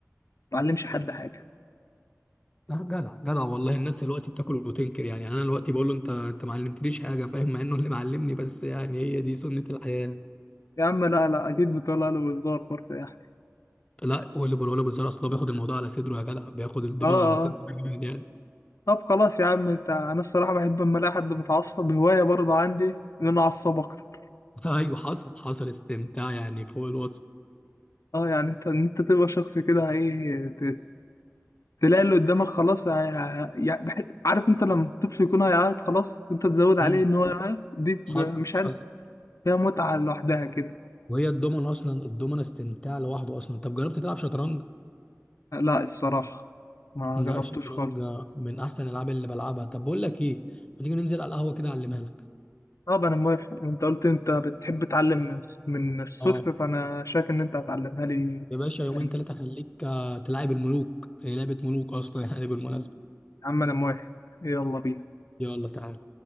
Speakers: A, on the left (about 80°); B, on the left (about 20°).
A: بعلمش حد حاجة
B: لا جدع جدع والله الناس دلوقتي بتاكل وتنكر يعني يعني انا دلوقتي بقول له انت انت ما علمتنيش حاجه فاهم مع انه اللي معلمني بس يعني هي دي سنه الحياه
A: يا عم لا لا أكيد بتقولها له بهزار برضه يعني
B: لا واللي بقوله بالزرع اصل هو بياخد الموضوع على صدره يا جدع بياخد الضمان
A: آه آه
B: على صدره <laughs>
A: طب خلاص يا عم أنت أنا الصراحة بحب أما ألاقي حد متعصب هواية برضه عندي إن أنا أعصب أكتر
B: <laughs> ايوه حصل حصل استمتاع يعني فوق الوصف
A: آه يعني أنت إن أنت تبقى شخص كده إيه تلاقي اللي قدامك خلاص هي- يعني بح- عارف انت لما الطفل يكون هيعيط خلاص انت تزود عليه
B: مم.
A: ان هو يعيط دي ب-
B: حصل
A: مش عارف
B: حصل
A: فيها متعة لوحدها كده
B: وهي الدومنة اصلا الدومنة استمتاع لوحده اصلا طب جربت تلعب شطرنج
A: لا الصراحة ما
B: لا
A: جربتوش
B: الشطرنج
A: خالص
B: من احسن الالعاب اللي بلعبها طب بقول لك ايه ما تيجي ننزل على القهوة كده اعلمها لك
A: طب انا موافق انت قلت انت بتحب تعلم من الص- من الصفر
B: اه
A: فانا شايف ان انت هتعلمها لي
B: يا باشا يومين
A: يعني.
B: ثلاثة خليك آه، تلعب الملوك هي لعبة ملوك اصلا <laughs> يعني بالمناسبة
A: يا عم انا موافق يلا بينا
B: يلا تعال